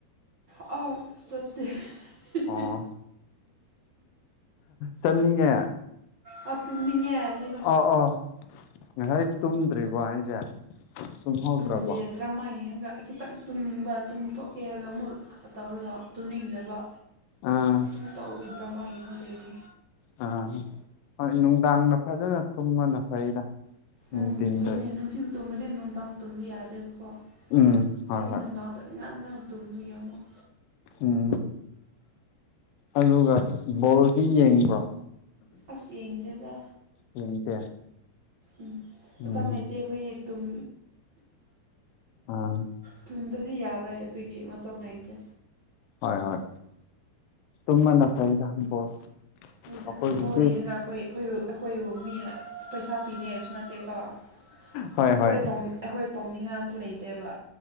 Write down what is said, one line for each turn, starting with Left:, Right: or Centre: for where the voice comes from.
Right: ꯑ ꯆꯠꯇꯦ <unintelligible>
Left: ꯑꯣ ꯆꯠꯅꯤꯡꯉꯦ
Right: ꯑ ꯇꯨꯝꯅꯤꯡ ꯍꯥꯏꯕꯅꯤꯗ
Left: ꯑꯣ ꯑꯣ ꯉꯁꯥꯏ ꯇꯨꯝꯗ꯭ꯔꯤꯕꯣ ꯍꯥꯏꯁꯦ ꯇꯨꯝꯍꯧꯗ꯭ꯔꯕꯣ
Right: ꯇꯨꯝꯗꯦ ꯑꯗꯨ ꯗ꯭ꯔꯃꯥ ꯌꯦꯡꯉꯒ ꯈꯤꯇꯪ ꯇꯨꯝꯅꯤꯡꯕ ꯇꯨꯡ ꯊꯣꯛꯣꯛꯀꯦ ꯍꯥꯏꯔꯒ ꯑꯃꯨꯛ ꯇꯧꯔꯒ ꯇꯨꯝꯅꯤꯡꯗ꯭ꯔꯕ
Left: ꯑꯥ
Right: ꯇꯨꯝ ꯇꯧꯕꯤ ꯗ꯭ꯔꯃꯥ ꯌꯦꯡꯉ ꯂꯩꯔꯦ
Left: ꯑꯥ ꯍꯣꯏ ꯅꯨꯡꯗꯥꯡꯗ ꯐꯖꯅ ꯇꯨꯝꯕꯅ ꯐꯩꯗ ꯅꯨꯡꯊꯤꯟꯗ
Right: ꯎꯝ ꯑꯗꯨꯅꯦ ꯅꯨꯡꯊꯤꯟ ꯇꯨꯝꯕꯗꯤ ꯅꯨꯡꯗꯥꯡ ꯇꯨꯝꯕ ꯌꯥꯗꯦꯕꯀꯣ
Left: ꯎꯝ ꯍꯣꯏ
Right: ꯑꯩꯗꯤ
Left: ꯍꯣꯏ
Right: ꯅꯨꯡꯗꯥꯡꯗ ꯉꯟꯅ ꯉꯟꯅ ꯇꯨꯝꯕꯒꯤ ꯑꯃꯨꯛ
Left: ꯎꯝ ꯑꯗꯨꯒ ꯕꯣꯜꯗꯤ ꯌꯦꯡꯕ꯭ꯔꯣ
Right: ꯑꯁ ꯌꯦꯡꯗꯦꯗ
Left: ꯌꯦꯡꯗꯦ
Right: ꯎꯝ ꯃꯇꯝ
Left: ꯎꯝ
Right: ꯂꯩꯇꯦ ꯑꯩꯈꯣꯏꯒꯤ ꯇꯨꯝ
Left: ꯑꯥ
Right: ꯇꯨꯝꯗ꯭ꯔꯗꯤ ꯌꯥꯔꯣꯏ ꯑꯗꯨꯒꯤ ꯃꯇꯝ ꯂꯩꯇꯦ
Left: ꯍꯣꯏ ꯍꯣꯏ ꯇꯨꯝꯕꯅ ꯐꯩꯗ ꯕꯣꯜ
Right: ꯑꯩꯈꯣꯏꯗ
Left: ꯑꯩꯈꯣꯏꯕꯨꯗꯤ
Right: ꯕꯣꯜ ꯌꯦꯡꯉꯒ ꯑꯩꯈꯣꯏ ꯑꯩꯈꯣꯏ ꯑꯩꯈꯣꯏꯕꯨ ꯃꯤꯅ ꯄꯩꯁꯥ ꯄꯤꯅꯦ ꯍꯥꯏꯕꯁꯨ ꯅꯠ ꯇꯦꯀꯣ ꯑꯩꯈꯣꯏ
Left: ꯍꯣꯏ ꯍꯣꯏ
Right: ꯇꯧ ꯑꯩꯈꯣꯏ ꯇꯧꯅꯤꯡꯉꯥꯏ ꯑꯝꯇ ꯂꯩꯇꯦꯕ